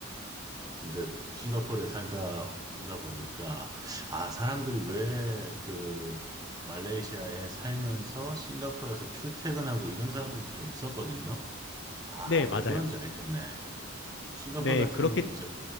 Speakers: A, on the right; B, on the left.
A: 아, 근데 싱가포르에 살다 오다 보니까, 아, 사람들이 왜 그 말레이시아에 살면서 싱가포르에서 출퇴근하고 이런 사람들도 좀 있었거든요. 아,
B: 네, 맞아요.
A: 왜 그런지 알겠네. 싱가포르
B: 네,
A: 같은
B: 그렇게
A: 경우에는 이제